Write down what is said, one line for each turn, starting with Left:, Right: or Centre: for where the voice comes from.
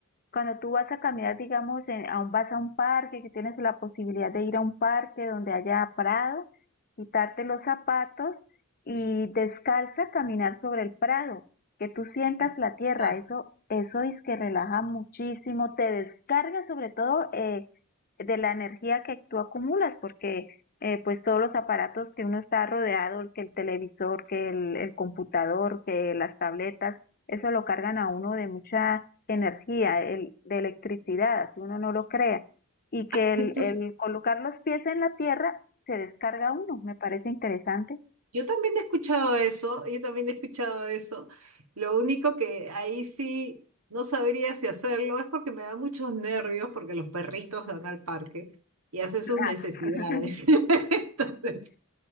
Left: cuando tú vas a caminar, digamos, en- a un- vas a un parque, que tienes la posibilidad de ir a un parque donde haya prado, quitarte los zapatos y descalza caminar sobre el prado, que tú sientas
Right: Exacto.
Left: la tierra, eso, eso es que relaja muchísimo, te descarga sobre todo eh, de la energía que tú acumulas, porque eh, pues todos los aparatos que uno está rodeado, el que el televisor, que el, el computador, que las tabletas, eso lo cargan a uno de mucha energía, el- de electricidad, así uno no lo crea, y que
Right: <laughs>
Left: el, el colocar los pies en la tierra se descarga uno, me parece interesante.
Right: Yo también he escuchado eso, yo también he escuchado eso. Lo único que ahí sí no sabría si hacerlo es porque me da muchos nervios porque los perritos van al parque y hacen sus
Left: Ah,
Right: necesidades.
Left: <laughs>
Right: <laughs> Entonces,